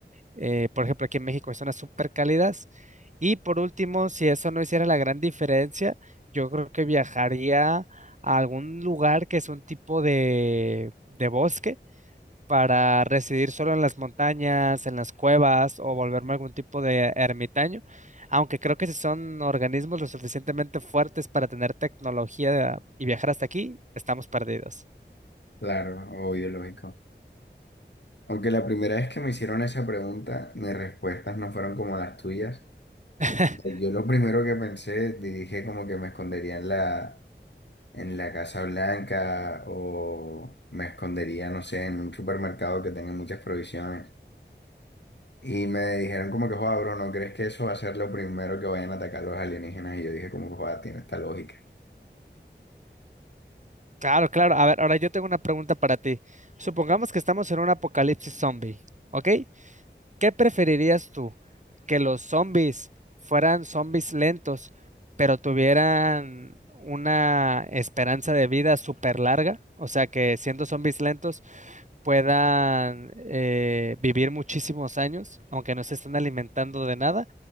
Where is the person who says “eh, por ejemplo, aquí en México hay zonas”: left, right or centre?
Right